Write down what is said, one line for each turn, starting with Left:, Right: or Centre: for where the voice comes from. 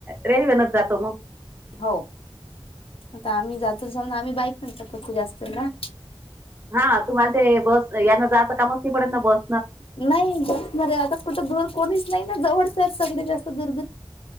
Right: रेल्वेनच जातो मग
Left: हो आता आम्ही जातो समज आम्ही बाईक न जातो खूप जास्त ना
Right: हा तुम्हाला ते बस यान जायचं कामच नाही पडत ना बस.
Left: नाही <unintelligible> आता कुठं दूर कोणीच नाही ना जवळच आहेत सगळे जास्त दुरबीर